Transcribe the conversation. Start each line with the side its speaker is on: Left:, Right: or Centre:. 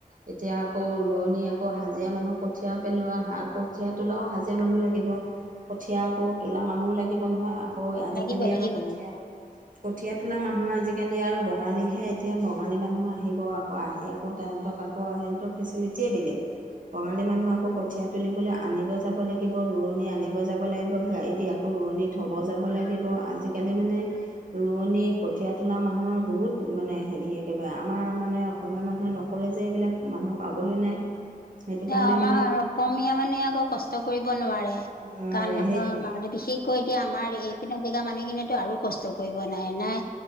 Right: এতিয়া আকৌ ৰোৱনী আকৌ হাজিৰা মানুহ কঠী কঠীয়া পেলোৱা আৰু কঠীয়া তোলাও হাজিৰা মানুহ লাগিব কঠীয়া আকৌ তোলা মানুহো লাগিব নহয় আকৌ আজিকালি
Left: লাগিব লাগিব
Right: আৰু কঠীয়া কঠীয়া তোলা মানুহ আজিকালি আৰু বঙালীহে এতিয়া বঙালী মানুহ আহিব আকৌ আহি আকৌ তাহঁতক খোৱা সিহতৰ ফেচিলিটিয়েই বেলেগ বঙালী মানুহে আকৌ আকৌ কঠীয়া তুলিবলৈ আনিব যাব লাগিব ৰোৱনী আনিব যাব লাগিব গাড়ী দিয়া ৰোৱনী থব যাব লাগিব আজিকালি মানে ৰোৱনী কঠীয়া তোলা মানুহৰ বহুত মানে হেৰি একেবাৰে আমাৰ মানে অসমীয়া মানুহে নকৰে যে এইবিলাক মানুহ পাবলৈ নাই সেইটো
Left: এইয়া
Right: কাৰণে
Left: আমাৰ
Right: মানে
Left: অসমীয়া মানে আকৌ কষ্ট কৰিব নোৱাৰে
Right: নোৱাৰে
Left: কাৰণ আমাৰ
Right: সেইটোৱে
Left: মানসিক আকৌ এতিয়া আমাৰ এই পিনা জেগা মানুহখিনিত আৰু কষ্ট কৰিব নাই নাই